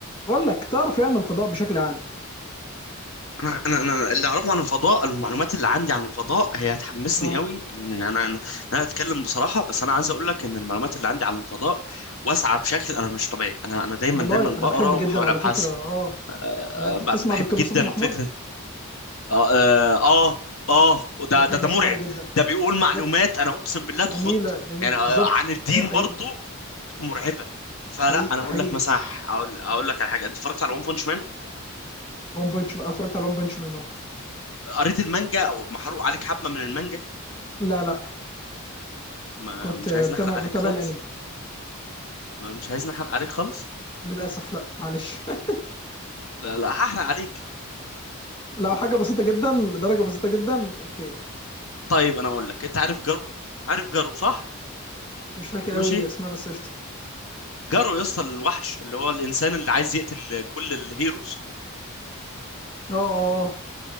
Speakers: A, on the left; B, on the left.
A: بقول لك تعرف يعني الفضاء بشكل عام
B: انا انا انا اللي اعرفه عن الفضاء المعلومات اللي عندي عن الفضاء هي هتحمسني
A: اه
B: قوي ان انا انا أنا اتكلم بصراحه بس انا عايز اقول لك ان المعلومات اللي عندي عن الفضاء واسعه بشكل انا مش طبيعي انا انا دايما
A: والله
B: دايما
A: انا
B: بقرا
A: بحب
B: وبحاول
A: جدا على
B: ابحث
A: فكره اه
B: أه،
A: انا انت
B: ب-
A: بتسمع
B: بحب
A: دكتور مصطفى
B: جدا
A: محمود
B: فكره اه اه اه آه، وده
A: بحب
B: ده ده
A: اسمع
B: مرعب
A: له جدا
B: ده بيقول
A: بالظبط
B: معلومات انا اقسم بالله تخض
A: جميله جميله
B: يعني أه،
A: بالظبط
B: عن الدين
A: ايوه حقيقي
B: برضو مرعبه فلا
A: حقيقي
B: انا اقول
A: حقيقي
B: لك مثلا اقول اقول لك على حاجه انت اتفرجت على ون بونش مان
A: وان بنش اتفرجت على وان بنش منه
B: قريت المانجا او محروق عليك حبه من المانجا
A: لا لا
B: ما
A: كنت
B: مش
A: بتابع
B: عايز نحرق عليك
A: بتابع
B: خالص
A: الانمي
B: أنا مش عايز نحرق عليك خالص
A: للاسف لا معلش <laughs>
B: لا لا هحرق عليك
A: لو حاجه بسيطه جدا لدرجه بسيطه جدا اوكي
B: طيب انا اقول لك انت عارف جارو عارف جارو صح
A: مش فاكر
B: ماشي
A: قوي اسمها بس قشطه
B: جارو يا اسطى الوحش اللي هو الانسان اللي عايز يقتل كل الهيروز
A: اه اه اه